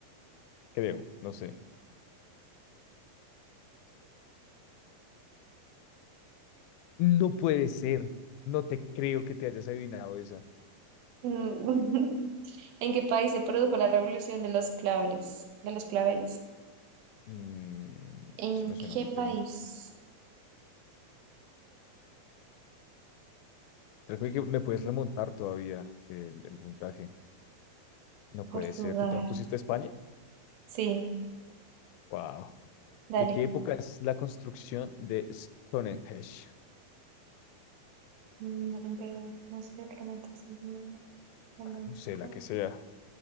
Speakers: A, on the left; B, on the right.
A: Creo, no sé. No puede ser. No te creo que te hayas adivinado esa.
B: Mm, <laughs> ¿En qué país se produjo la revolución de los claveles? De los claveles.
A: Mm,
B: ¿En
A: eso me suena
B: qué
A: mucho.
B: país?
A: Creo que me puedes remontar todavía el, el puntaje. No puede
B: Portugal.
A: ser. ¿Tú también pusiste España?
B: Sí,
A: Wow.
B: dale.
A: ¿De qué época es la construcción de Stonehenge?
B: Mm, El imperio francés, el romanticismo flamenco.
A: No sé, la que sea.